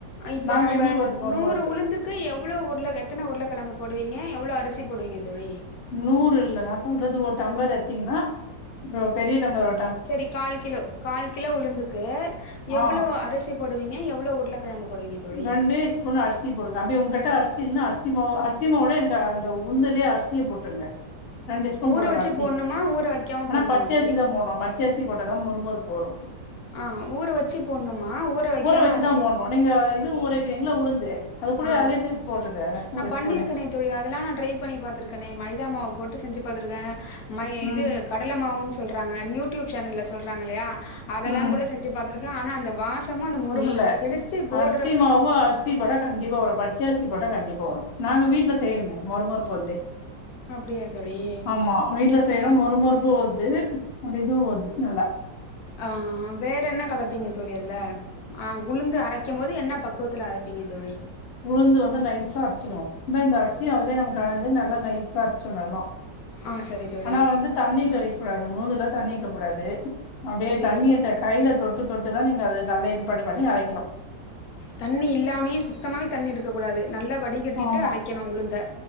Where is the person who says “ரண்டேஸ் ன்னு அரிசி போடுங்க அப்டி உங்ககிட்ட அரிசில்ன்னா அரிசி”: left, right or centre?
Left